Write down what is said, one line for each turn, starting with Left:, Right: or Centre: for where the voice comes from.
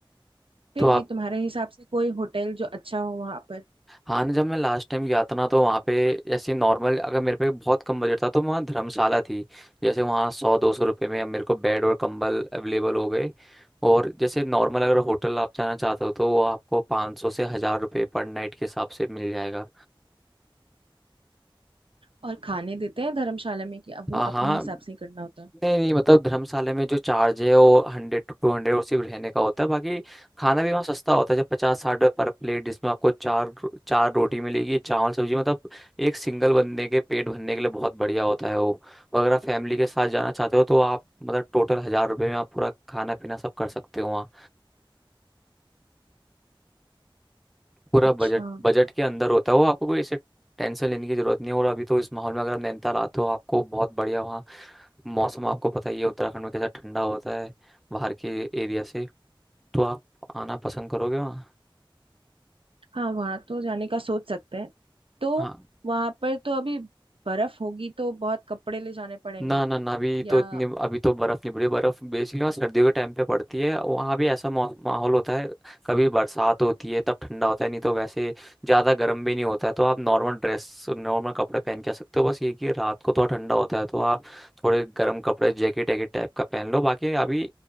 Right: फिर
Centre: तो
Right: भी तुम्हारे हिसाब से कोई होटल जो अच्छा हो वहां पर
Centre: हाँ ना जब मैं लास्ट टाइम गया था ना तो वहाँ पे ऐसे नॉर्मल अगर मेरे पे बहुत कम बजट था तो वहाँ धर्मशाला थी जैसे वहाँ सौ दो सौ रुपये में अब मेरे को बेड और कंबल अवेलेबल हो गए और जैसे नॉर्मल अगर होटल आप जाना चाहते हो तो वो आपको पाँच सौ से हज़ार रुपये पर नाइट के हिसाब से मिल जाएगा
Right: और खाने देते हैं धर्मशाला में कि अब वो
Centre: हाँ हाँ
Right: अपने हिसाब से ही करना होता है
Centre: नहीं नहीं मतलब धर्मशाला में जो चार्ज है वो हंड्रेड टू टू हंड्रेड और सिर्फ रहने का होता है बाकी खाना भी वहाँ सस्ता होता है जब पचास साठ रुपये पर प्लेट जिसमें आपको चार रो- चार रोटी मिलेगी चावल सब्जी मतलब एक सिंगल बंदे के पेट भरने के लिए बहुत बढ़िया होता है वो और अगर आप फैमिली के साथ जाना चाहते हो तो आप मतलब टोटल हजार रुपये में आप पूरा खाना पीना सब कर सकते हो वहाँ पूरा
Right: अच्छा
Centre: बजट बजट के अंदर होता है वो आपको कोई ऐसे टेंशन लेने की जरूरत नहीं है और अभी तो इस माहौल में अगर आप नैनीताल आते हो आपको बहुत बढ़िया वहाँ मौसम आपको पता ही है उत्तराखंड में कैसा ठंडा होता है बाहर के एरिया से तो आप आना पसंद करोगे वहाँ
Right: हाँ वहां तो जाने का सोच सकते हैं तो
Centre: हाँ
Right: वहां पर तो अभी बर्फ होगी तो बहुत कपड़े ले जाने पड़ेंगे
Centre: ना ना ना अभी
Right: या
Centre: तो इतनी अभी तो बर्फ नहीं पड़ी है। बर्फ बेसिकली वहाँ सर्दियों के टाइम पे पड़ती है वहाँ भी ऐसा मौ, माहौल होता है कभी बरसात होती है तब ठंडा होता है नहीं तो वैसे ज्यादा गर्म भी नहीं होता है तो आप नॉर्मल ड्रेस नॉर्मल कपड़े पहन के आ सकते हो बस ये कि रात को थोड़ा ठंडा होता है तो आप थोड़े गर्म कपड़े जैकेट वैकेट टाइप का पहन लो बाकी अभी